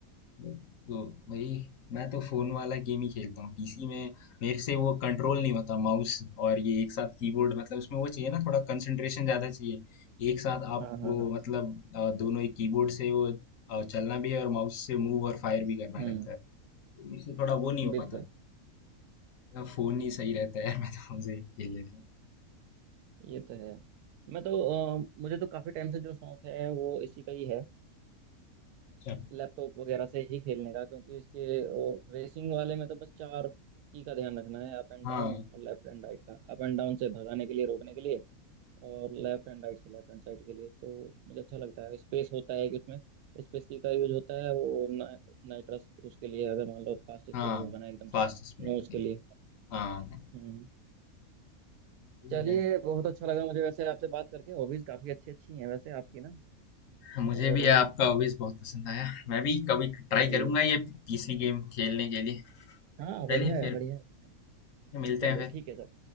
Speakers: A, on the left (about 65°); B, on the right (about 85°).
A: तो तो भाई मैं तो फोन वाला गेम ही खेलता हूँ पीसी में मेरे से वो कंट्रोल नहीं होता माउस और ये एक साथ कीबोर्ड मतलब उसमें वो चाहिए ना थोड़ा कंसंट्रेशन ज्यादा चाहिए एक साथ आप
B: हाँ हाँ
A: वो
B: हाँ
A: मतलब अ, दोनों ही कीबोर्ड से वो अ, चलना भी है और माउस से मूव और फायर भी करना
B: हम्म
A: रहता है तो मेरे से थोड़ा वो नहीं हो पाता
B: बिल्कुल
A: मेरा फोन ही सही रहता है <laughs> यार, मैं तो फोन से ही खेल लेता
B: ये तो है मैं तो अ, मुझे तो काफी टाइम से जो शौक है वो इसी का ही है
A: हूँ
B: लैपटॉप वगैरह से ही खेलने का क्योंकि इसके और रेसिंग वाले में तो बस चार की का ध्यान रखना है अप एंड
A: हाँ
B: डाउन और लेफ्ट एंड राइट का अप एंड डाउन से भगाने के लिए रोकने के लिए और लेफ्ट एंड राइट से लेफ्ट हैंड साइड के लिए तो मुझे अच्छा लगता है स्पेस होता है कि उसमें स्पेस की का यूज होता है वो नाइट्रस उसके लिए अगर मान लो फास्ट स्पीड
A: हाँ
B: में भगाना है एकदम
A: फास्ट
B: से
A: स्पीड
B: नो उसके लिए
A: हाँ
B: हम्म
A: सही
B: चलिए
A: है
B: बहुत अच्छा लगा मुझे वैसे आपसे बात करके हॉबीज काफी अच्छी अच्छी हैं वैसे आपकी ना
A: मुझे
B: और
A: भी आपका हॉबीज बहुत पसंद आया मैं भी कभी ट्राई
B: जी
A: करूंगा ये पीसी गेम खेलने के लिए
B: हाँ बढ़िया
A: चलिए
B: है
A: फिर
B: बढ़िया है एकदम।
A: मिलते
B: चलिए
A: हैं फिर
B: ठीक है सर